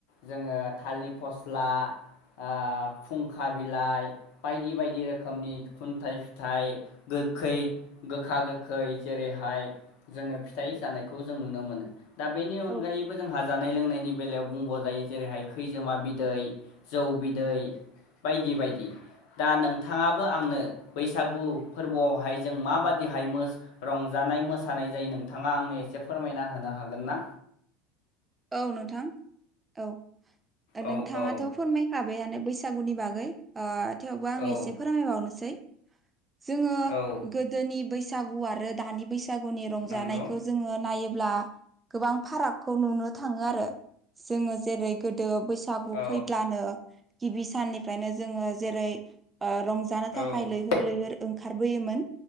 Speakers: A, on the left; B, on the right.
A: जोङो थाालिर फस्ला ओ फुंखा बिलाइ बायदि बायदि रोखोमनि खुन्थाइ फिथाइ गोखै गोखा गोखै जेरैहाय जोङो फिथाइ जानायखौ जों नुनो मोनो। दा बेनि अनगायैबो
B: औ
A: जोंहा जानाय लोंनायनि बेलायाव बुंब' जायो। जेरैहाय खैजोमा बिदै, जौ बिदै बायदि बायदि। दा नोंथाङाबो आंनो बैसागु फोरबोआवहाय जों माबाददिहाय मो रंजानाय मोसानाय जायो नोंथाङा आंनो एसे फोरमायना होनो हागोन ना?
B: औ नोंथां औ। नोंथाङाथ'
A: औ औ
B: फोरमाय खाबायानो बैसागुनि बागै। ओ थेवबो आं
A: औ
B: एसे फोरमायबावनोसै जोङो
A: औ
B: गोदोनि बैसागु आरो दानि बैसागुनि रंजानायखौ
A: नंगौ
B: जोङो नायोब्ला गोबां फारागखौ नुनो थाङो आरो जोङो जेरै गोदो बैसागु
A: औ
B: फैब्लानो गिबि साननिफ्रायनो जोङो जेरै रंजानो
A: औ
B: थाखाय लैहोर लैहोर ओंखारबोयोमोन